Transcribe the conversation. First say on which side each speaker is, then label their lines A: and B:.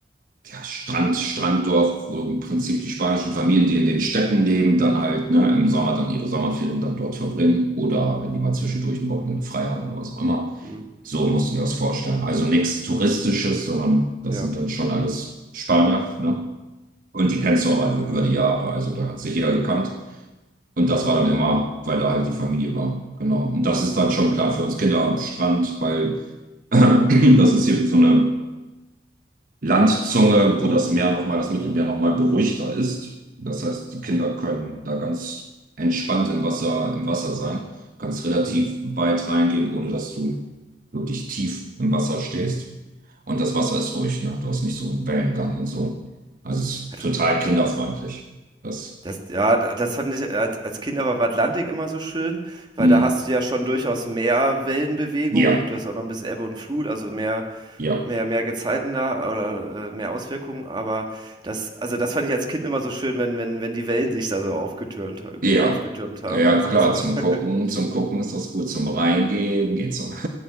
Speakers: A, on the right; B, on the right.
A: ja, Strand, Stranddorf, wo im Prinzip die spanischen Familien, die in den Städten leben, dann halt ne, im Sommer dann ihre Sommerferien dann dort verbringen oder wenn die mal zwischendurch ein Wochenende frei haben oder was auch immer.
B: Hm,
A: So musst du dir das vorstellen. Also nichts Touristisches, sondern das
B: ja.
A: sind dann schon alles Spanier. Ne? Und die kennst du auch einfach über
B: Ja.
A: die Jahre. Also da hat sich jeder gekannt. Und das war dann immer, weil da halt die Familie war. Genau. Und das ist dann schon klar für uns Kinder am Strand, weil <clears throat> das ist hier so eine Landzunge, wo das Meer
B: Mhm.
A: nochmal, das Mittelmeer nochmal beruhigter ist. Das heißt, die Kinder können da ganz entspannt im Wasser, im Wasser sein. Kannst relativ
B: Mhm.
A: weit reingehen, ohne dass du wirklich tief im Wasser stehst. Und das Wasser ist ruhig, ne? Du hast nicht so einen Wellengang und so. Also es ist
B: Hat-
A: total kinderfreundlich. Das,
B: Das, ja, da- das fand ich als als Kind aber im Atlantik immer so schön, weil
A: hm,
B: da hast du ja schon durchaus mehr Wellenbewegung.
A: ja,
B: Gut, du hast auch noch ein bisschen Ebbe und Flut, also mehr,
A: ja.
B: mehr, mehr Gezeiten da oder äh, mehr Auswirkungen. Aber das, also das fand ich als Kind immer so schön, wenn, wenn, wenn die Wellen sich da so aufgetürmt, ge-
A: Ja,
B: aufgetürmt haben.
A: ja
B: Also
A: klar,
B: das war,
A: zum
B: <laughs>
A: Gucken, zum Gucken ist das gut, zum Reingehen geht's so. <laughs>